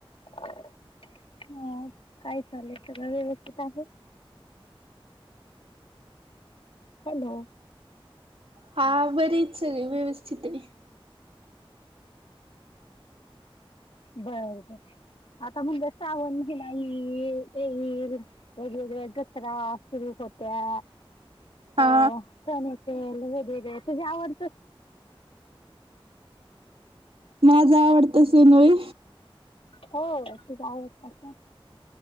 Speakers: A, on the left (about 70°); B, on the right (about 70°).
A: ह काय चालेल सगळं व्यवस्थित आहे.... हॅलो...
B: हा बरेच सगळे व्यवस्थित आहे..
A: बर बर आता म्हणजे श्रावण.. जलाई येल वगैरे जत्रा सुरु होत्या... हो
B: हा
A: चण वेगवेगळे तुझे आवड..
B: माझ आवडत सनय.
A: हो तूझ आवडता सण...